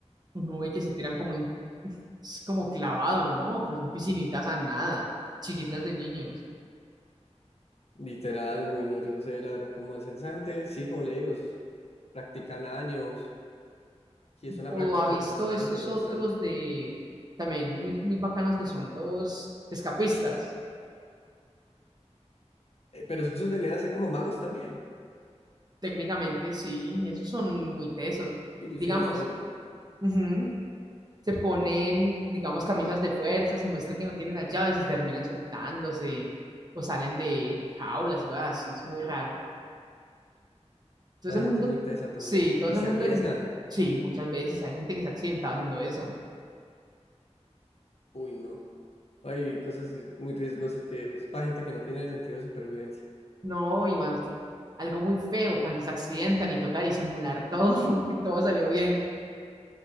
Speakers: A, on the right (about 35°); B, on the left (about 60°).
A: Uno ve que se tiran como en, es como clavado, ¿no? Pero son piscinitas a nada, chiquitas de niños.
B: Literal, no, y no, yo no sé la verdad cómo es. Esa gente, sí, como le digo, es- practican años y es una
A: O
B: práctica
A: ha visto
B: constante
A: estos
B: y constante.
A: otros de, también muy, muy bacanos que son los escapistas.
B: Eh, pero esos venían a ser como magos también.
A: Técnicamente, sí, esos son muy tesos.
B: ilusionistas,
A: Digamos,
B: ¿no?
A: ujú, se ponen, digamos, camisas de fuerzas y muestran que no tienen las llaves y terminan soltándose o salen de, de jaulas y cosas así, es muy raro. Todo
B: La
A: ese mundo,
B: gente es muy tesa también
A: sí, todo
B: y
A: ese
B: se
A: mundo,
B: arriesgan.
A: del- sí, muchas veces hay gente que se accidenta haciendo eso.
B: Uy, no. Hay cosas muy riesgosas que es para gente que no tiene sentido de supervivencia.
A: No, y más, algo muy feo cuando se accidentan y toca disimular todo, <laughs> que todo salió bien.